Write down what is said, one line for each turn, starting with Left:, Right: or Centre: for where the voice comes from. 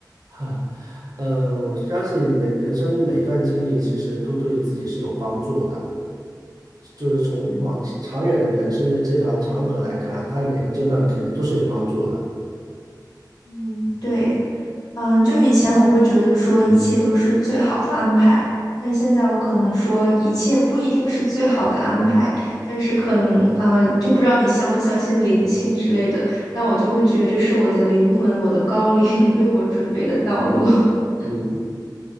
Right: <laughs> 呃，我相信每人生每一段经历其实都对自己是有帮助的，就是从往长远的人生的这条长河来看，
Left: 嗯
Right: 它每个阶段肯定都是有帮助的。
Left: 嗯，对，嗯，就以前我会觉得说一切都是最好的安排，但现在我可能说一切不一定是最好的安排，但是可能呃，就不知道你相不相信灵性之类的，但我就会觉得这是我的灵魂，我的高龄 <laughs> 为我准备的道路。<laughs>
Right: 嗯